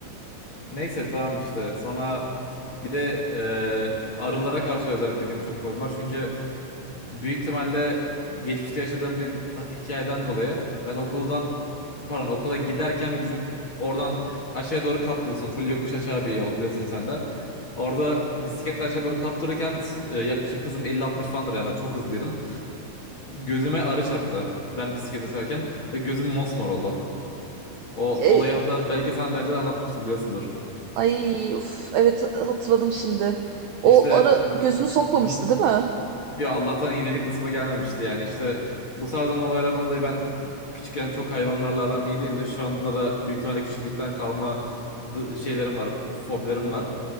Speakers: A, on the left; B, on the right.
A: Neyse tamam işte. Sonra bir de e, arılara karşı özellikle benim çok fobim var. Çünkü büyük ihtimalle geçmişte yaşadığım bir hikayeden dolayı ben okuldan pardon okula giderken bizim oradan aşağıya doğru kaptırıyorsun. Full yokuş aşağı bir yol biliyorsun sen de. Orada bisikletle aşağı doğru kaptırırken e, yaklaşık hızım elli altmış falandır yani çok hızlıydım. Gözüme arı çarptı ben bisiklete sürerken ve gözüm mosmor oldu. O
B: E,
A: olayı hatta belki sana daha önce de anlatmıştım biliyorsundur.
B: ay uf evet hatırladım şimdi.
A: İşte
B: O arı
A: bu,
B: gözünü sokmamıştı
A: bu-
B: değil mi?
A: Yo Allah'tan iğneli kısma gelmemişti yani işte bu tarzdan olaylardan dolayı ben küçükken çok hayvanlarla aram iyi değildi. Şu anda da büyük ihtimalle küçüklükten kalma d- şeylerim var, fobilerim var.